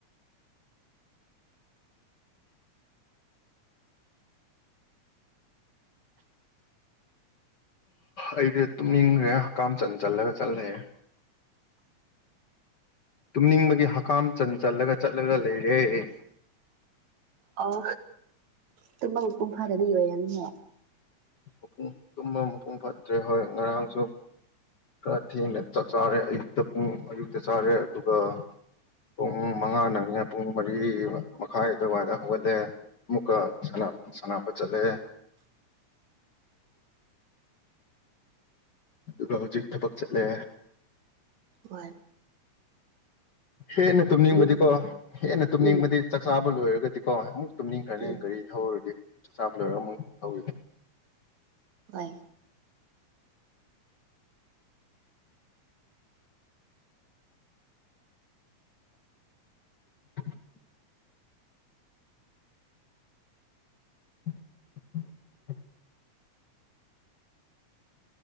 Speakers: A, on the left; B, on the right.
A: ꯑꯩꯗꯤ ꯇꯨꯝꯅꯤꯡꯈ꯭ꯔꯦ ꯍꯀꯝꯆꯟ ꯆꯜꯂꯒ ꯆꯠꯂꯑꯦ ꯇꯨꯝꯅꯤꯡꯕꯒꯤ ꯍꯀꯥꯝ ꯆꯟ ꯆꯜꯂꯒ ꯆꯠꯂꯒ ꯂꯩꯔꯦ
B: ꯑꯣ ꯇꯨꯝꯕ ꯃꯄꯨꯡ ꯐꯥꯗꯕꯒꯤ ꯑꯣꯏꯔꯝꯅꯤꯑꯦ
A: ꯃꯄꯨꯡ ꯇꯨꯝꯕ ꯃꯄꯨꯡ ꯐꯠꯇ꯭ꯔꯦ ꯍꯣꯏ ꯉꯔꯥꯡꯁꯨ ꯈꯔ ꯊꯦꯡꯅ ꯆꯥꯛ ꯆꯥꯔꯦ ꯑꯌꯨꯛꯇ ꯄꯨꯡ ꯑꯌꯨꯛꯇ ꯆꯥꯔꯦ ꯑꯗꯨꯒ ꯄꯨꯡ ꯃꯉꯥ ꯅꯪꯅꯤ ꯄꯨꯡ ꯃꯔꯤ ꯃꯈꯥꯏ ꯑꯗꯨꯋꯥꯏꯗ ꯍꯧꯒꯠꯂꯦ ꯑꯃꯨꯛꯀ ꯁꯥꯅ ꯁꯥꯅꯕ ꯆꯠꯂꯦ ꯑꯗꯨꯒ ꯍꯧꯖꯤꯛ ꯊꯕꯛ ꯆꯠꯂꯦ
B: ꯋꯥꯟ
A: ꯍꯦꯟꯅ ꯇꯨꯝꯅꯤꯡꯕꯗꯤꯀꯣ
B: ꯃꯥꯜꯂꯦ
A: ꯍꯦꯟꯅ ꯇꯨꯝꯅꯤꯡꯕꯗꯤ
B: ꯎꯝ
A: ꯆꯥꯛ ꯆꯥꯕ ꯂꯣꯏꯔ <unintelligible> ꯇꯨꯝꯅꯤꯡꯈ꯭ꯔꯅꯦ
B: ꯎꯝ
A: ꯒꯥꯔꯤ ꯊꯧꯔꯗꯤ ꯆꯥꯕ ꯂꯣꯏꯔ ꯃꯨꯛ ꯇꯧꯔꯅꯤ
B: ꯍꯣꯏ
A: <unintelligible> <unintelligible>